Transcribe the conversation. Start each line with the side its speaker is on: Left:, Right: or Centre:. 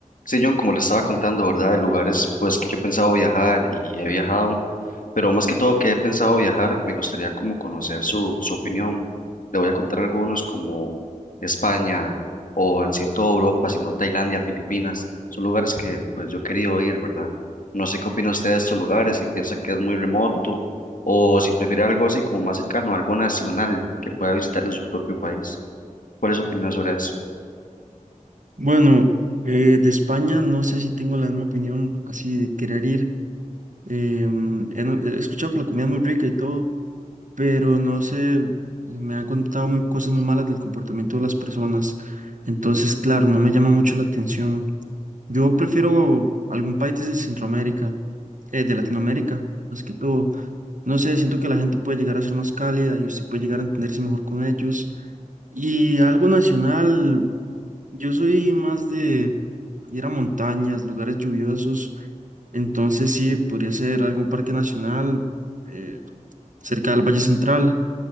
Left: Sí, John, como le estaba contando, ¿verdad? De lugares pues que yo he pensado viajar y he viajado, pero más que todo que he pensado viajar, me gustaría como conocer su, su opinión. Le voy a contar algunos como España o en sí toda Europa, sino Tailandia, Filipinas. Son lugares que pues yo he querido ir, ¿verdad? No sé qué opina usted de estos lugares, si piensa que es muy remoto o si prefiere algo así como más cercano, algo nacional que pueda visitar en su propio país. ¿Cuál es su opinión sobre eso?
Right: Bueno, eh, de España no sé si tengo la misma opinión así de querer ir. Em, he, no- he escuchado que la comida es muy rica y todo, pero no sé, me han contado muy, cosas muy malas del comportamiento de las personas. Entonces, claro, no me llama mucho la atención. Yo prefiero algún país de Centroamérica, eh, de Latinoamérica, más que todo. No sé, siento que la gente puede llegar a ser más cálida y usted puede llegar a entenderse mejor con ellos. Y algo nacional. Yo soy más de ir a montañas, lugares lluviosos, entonces sí, podría ser algún parque nacional eh, cerca del Valle Central.